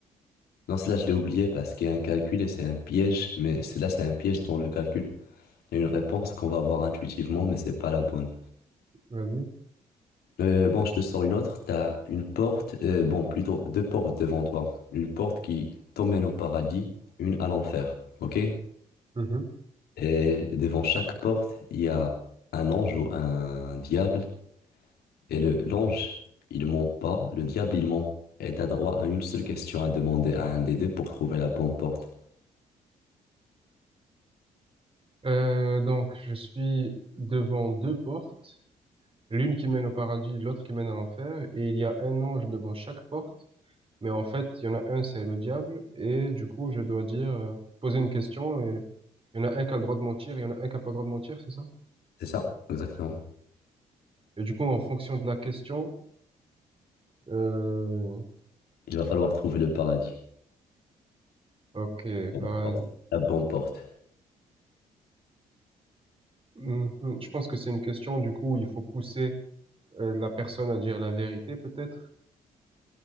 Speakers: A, on the left (about 65°); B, on the right (about 30°).
A: Non, celle-là, je l'ai oubliée parce qu'il y a un calcul et c'est un piège. Mais celle-là, c'est un piège dans le calcul. Il y a une réponse qu'on va avoir intuitivement, mais c'est pas la bonne.
B: Vas-y.
A: Euh, bon, je te sors une autre. T'as une porte, euh, bon, plutôt deux portes devant toi. Une porte qui t'emmène au paradis, une à l'enfer. Ok?
B: Mhm.
A: Et devant chaque porte, il y a un ange ou un diable. Et le, l'ange, il ment pas. Le diable, il ment. Et t'as droit à une seule question à demander à un des deux pour trouver la bonne porte.
B: Euh, donc, je suis devant deux portes. L'une qui mène au paradis, l'autre qui mène à l'enfer. Et il y a un ange devant chaque porte. Mais en fait, il y en a un, c'est le diable. Et du coup, je dois dire, euh, poser une question. Et il y en a un qui a le droit de mentir, il y en a un qui a pas le droit de mentir, c'est ça?
A: C'est ça, exactement.
B: Et du coup, en fonction de la question, euh,
A: Il va falloir trouver le paradis.
B: ok,
A: Bon,
B: bah,
A: la porte. La bonne porte.
B: Mhm. Je pense que c'est une question, du coup, où il faut pousser euh, la personne à dire la vérité, peut-être.